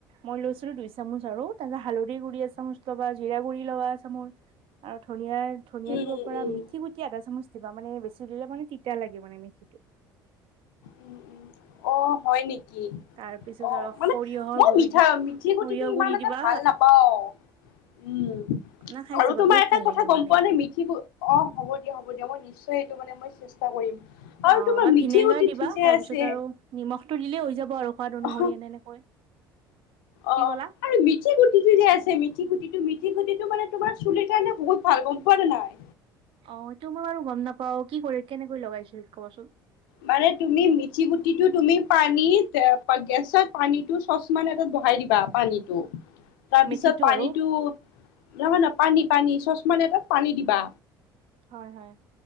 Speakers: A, on the right (about 50°); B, on the left (about 70°).
A: মই লৈছিলো দুই চামুচ আৰু তাৰপিছত হালধিৰ গুৰি এচামুচ লবা, জিৰা গুৰি লবা, মোৰ আৰু ধনিয়া - ধনিয়া
B: উম,
A: দিব পৰা
B: উম,
A: মিঠি গুটি আধা চামুচ কিবা মানে বেছি দিলে মানে তিতা লাগে মানে মেথি
B: উম-উম, অ' হয় নেকি?
A: তাৰ পিছত
B: অ,
A: আৰু
B: মানে
A: সৰিয়হৰ
B: মই
A: গুৰি
B: মিঠা
A: দি
B: মিঠি গুটিটো
A: সৰিয়হ
B: ইমান
A: গুৰি
B: এটা
A: দিবা
B: ভাল নাপাও। উম
A: না খাই
B: আৰু
A: চাবা
B: তোমাৰ
A: বহুত
B: এটা
A: ভাল
B: কথা
A: লাগে
B: গম
A: মানে
B: পোৱা
A: এইটো
B: নাই মিথি, অ হ'ব হ'ব দিয়া মই নিশ্চয় এইটো মানে মই চেষ্টা কৰিম। আৰু
A: অ
B: তোমাৰ
A: বা
B: মিঠি
A: ভিনেগাৰ
B: গুটিটো
A: দিবা।
B: যে
A: তাৰ
B: আছে
A: পিছত আৰু নিমখটো দিলেই হৈ যাব আৰু সোৱাদ অনুসৰি
B: অ
A: এনে এনেকৈ। কি
B: অ'
A: ক'লা
B: আৰু মিঠি গুটিটো যে আছে মিঠি গুটিটো মিথি গুটিটো মানে তোমাৰ চুলিৰ কাৰণে বহুত ভাল গম পোৱা নে নাই?
A: অঁ, টো মইবাৰু গম নাপাওঁ। কি কৰি, কেনেকৈ লগাইছিল কবচোন?
B: মানে তুমি মিঠি গুটিটো তুমি পানীত গেছত পানীটো চচপেন এটা- বহাই দিবা পানীটো। তাৰপিছত
A: মেথিটো
B: পানীটো
A: আৰু
B: নহয়-নহয় পানী-পানী চচপেন এটাত পানী দিবা।
A: হয় - হয়।